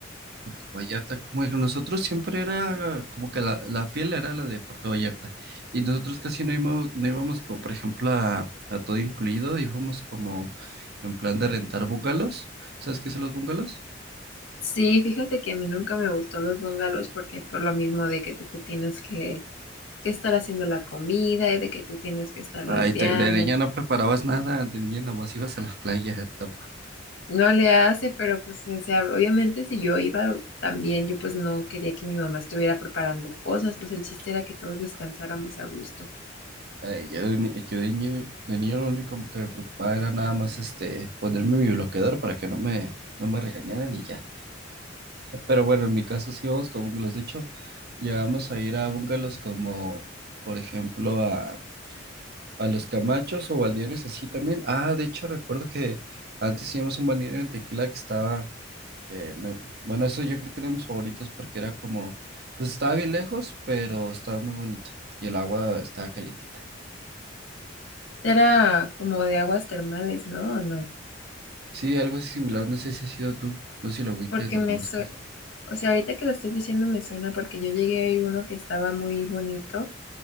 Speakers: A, on the right; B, on the left.
A: Puerto Vallarta. Bueno, nosotros siempre era como que la, la fiel era la de Puerto Vallarta. Y nosotros casi no íbamos, no íbamos como, por ejemplo, a, a todo incluido, íbamos como en plan de rentar bungalows. ¿Sabes qué son los bungalows?
B: Sí, fíjate que a mí nunca me gustó los bungalows porque por lo mismo de que tú te tienes que, que estar haciendo la comida y de que tú tienes que estar limpiando.
A: Ay, te- de niña no preparabas nada, de niña nomás ibas a la playa. tam-
B: No le hace, pero pues, o sea, obviamente si yo iba también, yo pues no quería que mi mamá estuviera preparando cosas, pues el chiste era que todos descansáramos a gusto.
A: Ay, yo de, ni- yo de niño, de niño lo único que me preocupaba era nada más este, ponerme mi bloqueador para que no me, no me regañaran y ya. Pero bueno, en mi caso sí vamos con bungalows. De hecho, ya vamos a ir a bungalows como, por ejemplo, a, a Los Camachos o balnearios así también. Ah, de hecho, recuerdo que antes íbamos a un balneario en Tequila que estaba, que me, bueno, eso yo creo que era de mis favoritos porque era como, pues estaba bien lejos, pero estaba muy bonito y el agua estaba calientita.
B: Era como de aguas termales, ¿no? ¿O no?
A: Sí, algo así similar, no sé si ha sido tú, no sé si lo ubiques,
B: Porque
A: lo
B: me
A: conozcas.
B: su- o sea, ahorita que lo estoy diciendo me suena porque yo llegué a ir uno que estaba muy bonito,